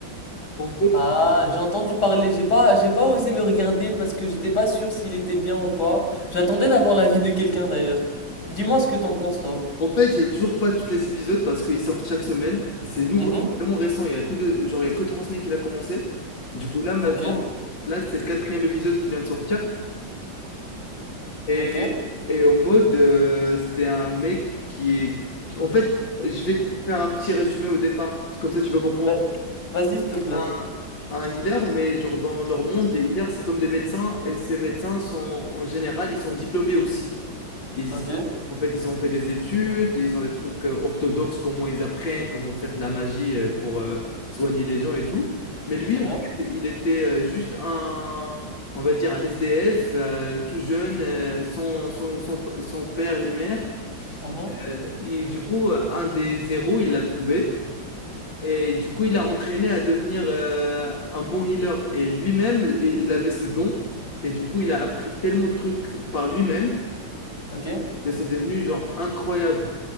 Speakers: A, on the left; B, on the left.
A: En fait,
B: Ah, j'ai entendu parler, j'ai pas, j'ai pas osé le regarder parce que j'étais pas sûr s'il était bien ou pas. J'attendais d'avoir l'avis de quelqu'un d'ailleurs. Dis-moi ce que t'en penses, toi.
A: en fait, il y a toujours pas tous les épisodes parce qu'ils sortent chaque semaine. Et C'est nouveau,
B: Mhm.
A: c'est vraiment récent. Il y a que deux, genre, il y a que trois semaines qu'il a commencé. Du coup, là, maintenant,
B: Ok,
A: là, c'est le quatrième épisode qui vient de sortir. Et,
B: ok.
A: et au mode, euh, c'est un mec qui est. En fait, je vais te faire un petit résumé au départ, comme ça tu vas comprendre.
B: Bah, vas-y, s'il te plaît.
A: Un, un healer, mais genre dans leur monde, les healers, c'est comme des médecins, et ces médecins sont en général, ils sont diplômés aussi. Ils,
B: Ok,
A: en fait, ils ont fait des études, ils ont des trucs euh, orthodoxes, comment ils apprennent, comment faire de la magie euh, pour euh, soigner les gens et tout. Mais lui,
B: très
A: en
B: bien.
A: fait, il était euh, juste un, on va dire, un SDF, euh, tout jeune, euh, sans, sans, sans, sans père ni mère.
B: Mhm.
A: Euh, et du coup, euh, un des héros, il l'a trouvé. Et du coup, il l'a entraîné à devenir euh, un bon healer. Et lui-même, il, est- il avait ce don. Et du coup, il a appris tellement de trucs par lui-même
B: Ok.
A: que c'est devenu genre incroyable.